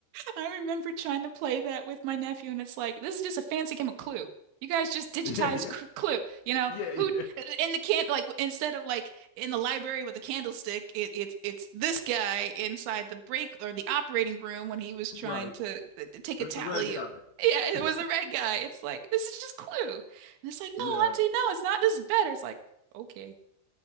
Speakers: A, on the right (about 85°); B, on the left (about 70°).
A: I remember trying to play that with my nephew, and it's like, this is just a fancy game of Clue. You guys just digitized
B: Yeah,
A: cr Clue, you know,
B: yeah, yeah,
A: who
B: yeah.
A: in the can like instead of like in the library with a candlestick, it, it's it's this guy inside the break or the operating room when he was
B: <laughs>
A: trying
B: Right.
A: to, to take
B: It's
A: a tally
B: the red guy.
A: of yeah, it
B: <laughs>
A: was the red guy. It's like this is just Clue, and it's like no,
B: yeah,
A: Auntie, no, it's not. This is better. It's like okay,